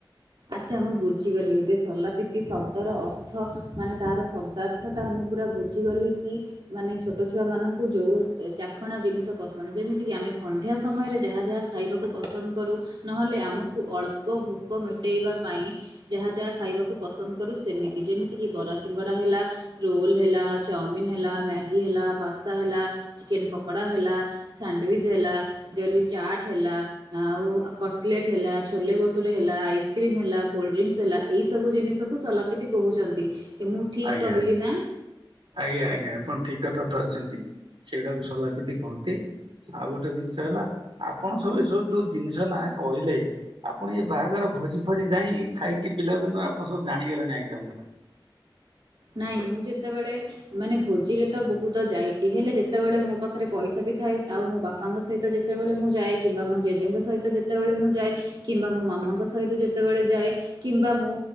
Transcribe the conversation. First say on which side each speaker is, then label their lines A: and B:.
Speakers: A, on the right; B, on the right.
A: ଆଚ୍ଛା। ମୁଁ ବୁଝିଗଲି ଏବେ ସଲାପତି ଶବ୍ଦର ଅର୍ଥ ମାନେ, ତାର ଶବ୍ଦାର୍ଥ ଟା ମୁଁ ପୁରା ବୁଝି ଗଲି କି? ମାନେ ଛୋଟ ଛୁଆ ମଙ୍କୁ ଯୋଉ ଚାଖଣା ଜିନିଷ ପସନ୍ଦ। ଯେମିତି ଆମେ ସନ୍ଧ୍ୟା ସମୟରେ ଯାହା ଯାହା ଖାଇବାକୁ ପସନ୍ଦ କରୁ। ନହେଲେ ଆମକୁ ଅଳ୍ପ ଭୋକ ମିଠ ଫଟେଇବା ପାଇଁ ଯାହା ଯାହା ଖାଇବାକୁ ପସନ୍ଦ କରୁ ସେମିତି। ଯେମିତି କିି ବରା, ସିଂ ଗଡା ହେଲା, ରୋଲ ହେଲା, ଚାପଲିନ୍ ହେଲା, ମ୍ୟାଗି ହେଲା ପାସ୍ତା ହେଲା, ଚିକେନ ପକୋଡା ହେ ହେଲା, ସାଣ୍ଡୱିଚ ହେଲା, ଯଲି ଚାଟ ହେଲା ଆଉ କଟଲେଟ ହେଲା, ଛୋଲେ ଭଟୁରେ ହେଲା, ଆଇସ୍ କ୍ରିମ୍ ହେଲା, କୋଲ୍ଡ ଡ୍ରିଙ୍କସ ହେଲା, ଏଇ ସବୁ ଜିନିକୁ ସଲାପିତି କହୁଛନ୍ତି? ଏ ମୁଁ ଠିକ୍
B: ଆଜ୍ଞା
A: କହିଲି
B: ଆଜ୍ଞା
A: ନା?
B: ଆଜ୍ଞା ଆଜ୍ଞା। ଆପଣ ଠିକ୍ କଥା ଧରିଛନ୍ତି। ସେଗୁଡାକୁ ସଲାପିତି କହନ୍ତି। ଆଉ ଗୋଟେ ଜିନିଷ ହେଲା, ଆପଣ ସବୁ ଏସବୁ ଯୋଉ ଜିନିଷ ନା କହିଲେ ଆପଣ ଏଇ ବାହାଘର ଭୋଜି ଫୋଜି ଯାଇକି, ଖାଇକି ପିଲା ଦିନୁ ଆପଣ ସବୁ ଜାଣିଗଲେଣି ଆଇଟମ ଗୁଡା?
A: ନାଇଁ! ମୁଁ ଯେତେବେଳେ ମାନେ ଭୋଜିରେ ତ ବହୁତ ଯାଇଛି। ହେଲେ ଯେତ ତେ ବେଳେ ମୋ ପାଖରେ ପଇସା ବି ଥାଏ, ଆଉ ମୋ ବା ପାଙ୍କ ସହିତ ଯେତେବେଳେ ମୁଁ ଯାଏ କିମ୍ବା ମୋ ଜେଜେଙ୍କ ସହିତବେଳେ ମୁଁ ଯାଏ କିମ୍ବା ମୋ ମାମାଙ୍କ ସହିତ ଯେତେବେଳେ ଯାଏ କିମ୍ବା ମୁଁ